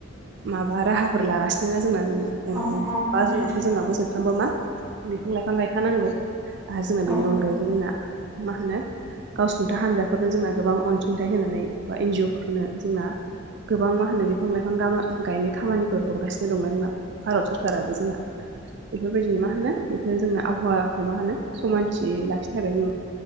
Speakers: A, on the right; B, on the right.
A: माबा राहाफोर लागासिनो बिदिनो जोंना
B: औ औ
A: बा
B: नोंथां
A: जुनावथ' जोंना बोसोरफ्रामबो मा बिफां लाइफां गायखानांगौ। आरो जोंना
B: औ
A: बेनि अनगायैबो जोंना मा होनो गावसुंथा हानजाफोरनो जोंना गोबां अनसुंथाइ होनानै बा एनजिअ फोरनो जोंना गोबां मा होनो बिफां लाइफां गायनाय खामानिफोर हरगासिनो दंना जोंना भारत सरकाराबो जोंना बेफोरबायदिनो मा होनो बेफोर जोंनो आबहावाखौ मा होनो समानथि लाखिनो थाखाय जों